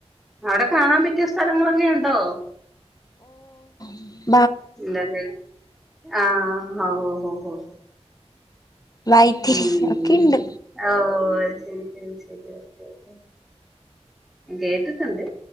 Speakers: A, in the centre; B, on the left (about 35°).
A: അവിടെ കാണാൻ പറ്റിയ സ്ഥലങ്ങളൊക്കെ ഉണ്ടോ
B: ഉം
A: ഉണ്ടല്ലോ ആഹ് ഓഹോഹോ
B: വൈത്തിരി
A: മ്മ്
B: ഒക്കെണ്ട്
A: ഓഹ് അത് ശരി ശരി ശരി ഓക്കെ ഓക്കെ കേട്ടിട്ടുണ്ട്